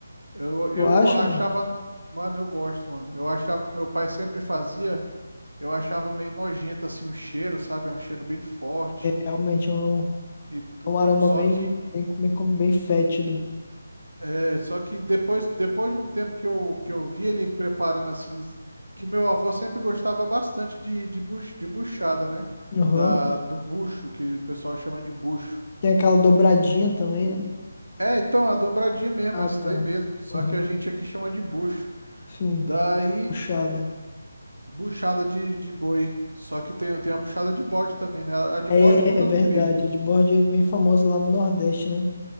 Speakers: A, on the right; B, on the left.
A: Eu, eu
B: Tu acha,
A: achava,
B: mano?
A: mano, eu gosto, mano. Eu achava que meu pai sempre fazia. Eu achava meio nojento assim o cheiro, sabe? É um cheiro bem forte
B: Realmente é um, é
A: e tudo.
B: um aroma
A: Só
B: bem,
A: que
B: bem, bem, bem fétido.
A: é, só que depois, depois de um tempo que eu, que eu vi ele preparando assim, que meu avô sempre gostava bastante de, de, buch, de buchada, né?
B: Aham.
A: Da, do bucho, que o pessoal chama de bucho.
B: Tem aquela dobradinha também, né?
A: É, então, a dobradinha mesmo,
B: Ah,
A: essa
B: tá.
A: daí mesmo. Só
B: Aham.
A: que a gente aqui chama de bucho.
B: Sim.
A: Daí,
B: Puxada.
A: buchada de, de boi. Só que tem, tem a buchada de bode também, né? A de
B: É
A: bode eu nunca
B: verdade.
A: comi.
B: A de bode é bem famosa lá no Nordeste, né?